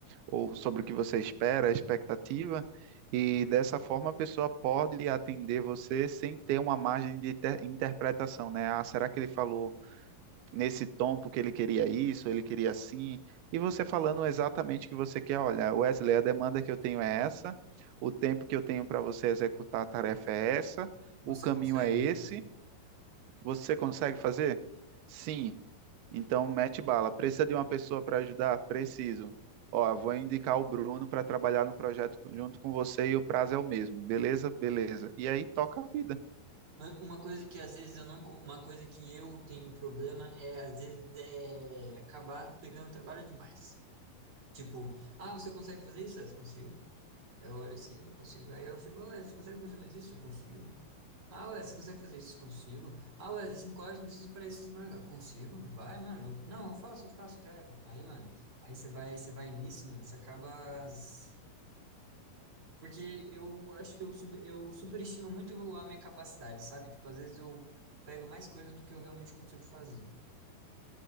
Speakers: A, on the right; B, on the right.
A: ou sobre o que você espera, a expectativa, e dessa forma a pessoa pode atender você sem ter uma margem de inter- interpretação, né? Ah, será que ele falou nesse tom porque ele queria isso, ele queria assim? E você falando exatamente o que você quer, olha, Wesley, a demanda que eu tenho é essa, o tempo que eu tenho para você executar a tarefa é essa,
B: Você
A: o caminho
B: consegue?
A: é esse, você consegue fazer? Sim. Então, mete bala. Precisa de uma pessoa para ajudar? Preciso. Ó, vou indicar o Bruno para trabalhar no projeto junto com você e o prazo é o mesmo. Beleza? Beleza. E aí toca a vida.
B: Mas Uma coisa que às vezes eu não, co- uma coisa que eu tenho um problema é às vezes é acabar pegando trabalho demais. Tipo, ah, você consegue fazer isso? Ah, Eu consigo. Eu olho assim, eu consigo. Aí eu chego, olha, você consegue fazer mais isso? Eu consigo. Ah, ué, você consegue fazer isso? Consigo. Ah, ué, cinco horas eu preciso para isso. pra cá. Consigo. Vai, mano. Eu- não, eu faço, eu faço, já era. Aí, mano, aí você vai, você vai nisso, mano, você acaba se porque eu acho que eu, sub, eu superestimo muito a minha capacidade, sabe? Tipo, às vezes eu pego mais coisas do que eu realmente consigo fazer.